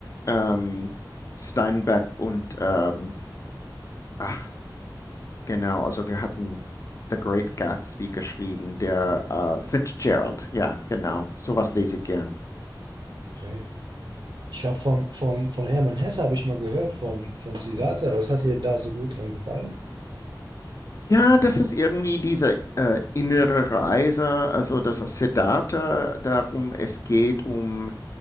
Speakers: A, on the left (about 40°); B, on the right (about 70°).
A: ähm, Steinbeck und ähm, ach, Genau, also wir hatten The Great Gatsby geschrieben, der äh, Fitzgerald. Ja, genau, sowas lese ich gern.
B: Okay. Ich glaube, von, von, von Hermann Hesse habe ich mal gehört, von, von Siddhartha. Was hat dir da so gut dran gefallen?
A: Ja, das ist irgendwie diese äh, innere Reise, also das ist Siddhartha, darum es geht um